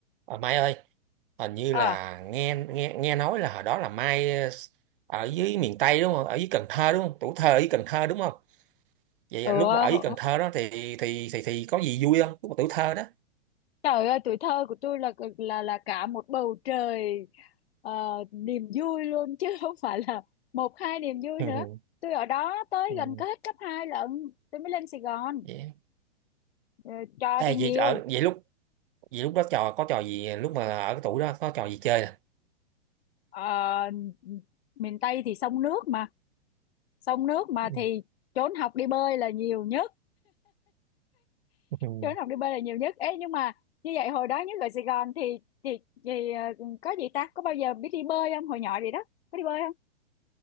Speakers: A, on the right; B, on the left.
A: Ờ, Mai ơi, hình như
B: À,
A: là nghe nghe nghe nói là hồi đó là Mai ờ, ở dưới miền Tây đúng không? Ở dưới Cần Thơ đúng không? Tuổi thơ ở dưới Cần Thơ đúng không? Vậy
B: ừ,
A: là lúc mà ở dưới Cần Thơ đó thì thì thì thì có gì vui không? Lúc mà tuổi thơ đó.
B: trời ơi, tuổi thơ của tôi là là là cả một bầu trời ờ, niềm vui luôn <laughs> chứ không phải là một hai niềm vui
A: Ừ.
B: nữa. Tôi ở đó tới
A: ừ,
B: gần có hết cấp 2 lận, tôi mới lên Sài Gòn.
A: Vậy.
B: Ờ, trò
A: Ê,
B: thì nhiều.
A: vậy ở vậy lúc vậy lúc đó trò có trò gì lúc mà ở cái tuổi đó có trò gì chơi nè?
B: Ờ, miền Tây thì sông nước mà, sông nước mà
A: Ừ.
B: thì trốn học đi bơi là nhiều nhất,
A: Ừ.
B: trốn học đi bơi là nhiều nhất. Ê nhưng mà như vậy hồi đó nhất ở Sài Gòn thì thì, thì ờ, có gì ta? Có bao giờ biết đi bơi không? Hồi nhỏ gì đó, có đi bơi không?